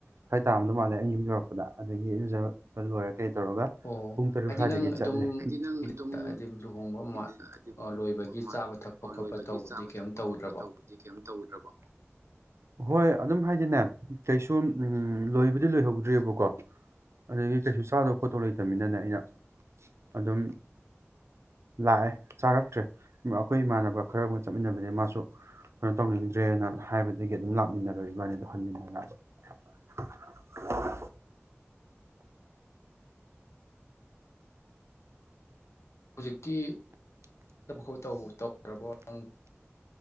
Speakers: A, on the right; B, on the left.
A: ꯁ꯭ꯋꯥꯏ ꯇꯥꯔꯝꯗꯧ ꯃꯥꯜꯂꯦ ꯑꯩꯩꯅ ꯌꯨꯝ ꯌꯧꯔꯛꯄꯗ ꯑꯗꯒꯤ ꯢꯔꯨꯖꯕ ꯄ ꯂꯣꯏꯔ ꯀꯩ ꯇꯧꯔꯒ
B: ꯑꯣ
A: ꯄꯨꯡ ꯇꯔꯨꯛ
B: ꯍꯥꯏꯗꯤ
A: ꯁ꯭ꯋꯥꯏꯗꯒꯤ
B: ꯅꯪ
A: ꯆꯠꯂꯦ
B: ꯑꯗꯨꯝ
A: ꯍꯥꯏꯗꯤ ꯅꯪ ꯑꯗꯨꯝ
B: ꯍꯥꯏꯗꯤ ꯂꯨꯍꯣꯡꯕ ꯑꯃ
A: <unintelligible>
B: ꯂꯣꯏꯕꯒꯤ ꯆꯥꯕ ꯊꯛꯄ ꯈꯣꯠꯄ
A: ꯂꯣꯏꯕꯒꯤ
B: ꯇꯧꯕꯗꯤ
A: ꯆꯥꯕ
B: ꯀꯩꯝ
A: ꯊꯛꯄ
B: ꯇꯧꯗ꯭ꯔꯕꯣ
A: ꯈꯣꯠꯄ ꯇꯧꯕꯗꯤ ꯀꯩꯝ ꯇꯧꯗ꯭ꯔꯕ ꯍꯣꯏ ꯑꯗꯨꯝ ꯍꯥꯏꯗꯤꯅꯦ ꯀꯩꯁꯨꯝ ꯂꯣꯏꯕꯨꯗꯤ ꯂꯣꯏꯍꯧꯗ꯭ꯔꯤꯕꯀꯣ ꯑꯗꯒꯤ ꯀꯩꯁꯨ ꯆꯥꯗꯧ ꯈꯣꯠꯇꯧ ꯂꯩꯇꯝꯅꯤꯅꯅꯦ ꯌꯥ ꯑꯗꯨꯝ ꯂꯥꯛꯑꯦ ꯆꯥꯔꯛꯇ꯭ꯔꯦ ꯑꯈꯣꯏ ꯏꯃꯥꯟꯅꯕ ꯈꯔꯒ ꯆꯠꯃꯤꯟꯅꯕꯅꯤ ꯃꯥꯁꯨ ꯀꯩꯅꯣ ꯇꯧꯅꯤꯡꯗ꯭ꯔꯦꯅ ꯍꯥꯏꯕꯗꯒꯤ ꯑꯗꯨꯝ ꯂꯥꯛꯃꯤꯟꯅꯔꯦ ꯏꯕꯥꯅꯤꯗꯣ ꯍꯟꯃꯤꯟꯅꯔꯛ ꯑꯕ
B: ꯍꯨꯖꯤꯛꯇꯤ ꯈꯠ ꯇꯧꯈ꯭ꯔꯕꯣ ꯅꯪ